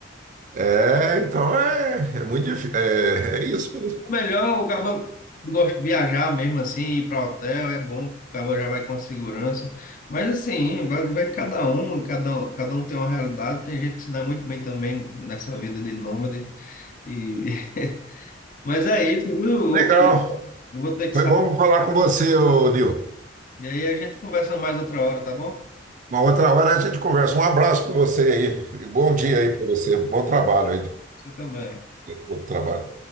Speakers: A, on the right; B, on the left.
A: É, então é, é muito difícil. É, é isso mesmo.
B: É melhor o cara gosta de viajar mesmo assim, ir para hotel, é bom, o cara já vai com a segurança. Mas assim, vai, vai cada um, cada, um- cada um tem uma realidade, tem gente que se dá muito bem também nessa vida de nômade. E... <laughs> Mas é isso, viu?
A: Legal.
B: Eu vou ter que
A: Foi
B: sair.
A: bom falar com você, ô Nil.
B: E aí a gente conversa mais outra hora, tá bom?
A: Uma outra hora a gente conversa. Um abraço para você aí. Bom dia aí para você. Bom trabalho aí.
B: Você também.
A: Bom trabalho.